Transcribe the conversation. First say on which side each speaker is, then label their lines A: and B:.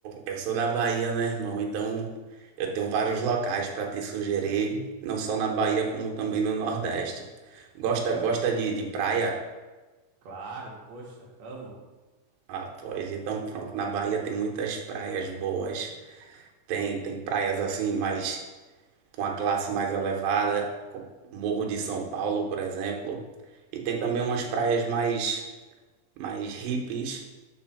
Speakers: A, on the right; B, on the right.
A: eu sou da Bahia, né, irmão? Então, eu tenho vários locais para te sugerir, não só na Bahia, como também no Nordeste. Gosta, gosta de, de praia?
B: Claro, poxa, amo.
A: Ah, pois, então pronto. Na Bahia tem muitas praias boas. Tem, tem praias assim, mais com a classe mais elevada, como Morro de São Paulo, por exemplo. E tem também umas praias mais, mais hippies